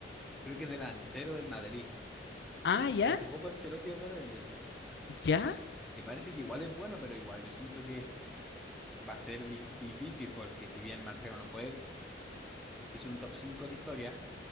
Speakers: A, in the centre; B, on the left.
A: creo que es delantero del Madrid.
B: Ah, ¿ya?
A: Que hace poco Ancelotti habló de él, de hecho.
B: ¿Ya?
A: Que parece que igual es bueno, pero igual yo siento que va a ser di- difícil porque si bien Marcelo no fue, que es un top 5 de la historia,